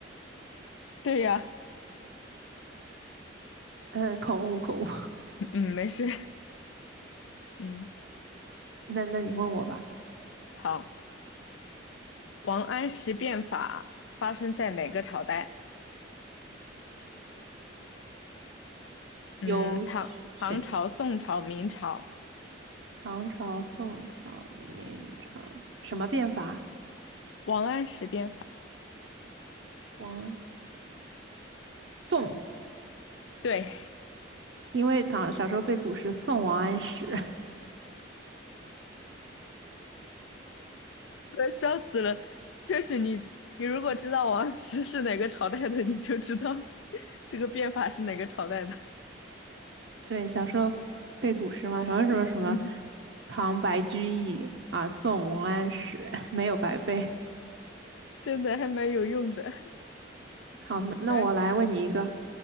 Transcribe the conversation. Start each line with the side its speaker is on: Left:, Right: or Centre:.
Left: 对呀、
Right: 嗯，口误口误。
Left: 嗯，没事。嗯，
Right: 那那你问我吧，
Left: 好。王安石变法发生在哪个朝代？嗯，
Right: 有选
Left: 唐、唐朝、宋朝、明朝。
Right: 唐朝、宋朝、明朝什么变法？
Left: 王安石变法，
Right: 王宋，
Left: 对，
Right: 因为唐小时候背古诗《宋王安石》，
Left: <laughs> 呃笑死了。确实你，你如果知道王安石是哪个朝代的，你就知道这个变法是哪个朝代的。
Right: 对，小时候背古诗嘛，什么什么什么
Left: <laughs> 嗯，
Right: 唐白居易啊，宋王安石没有白背。
Left: 真的还蛮有用的。
Right: 好，那那我来问你一个，
Left: 嗯，可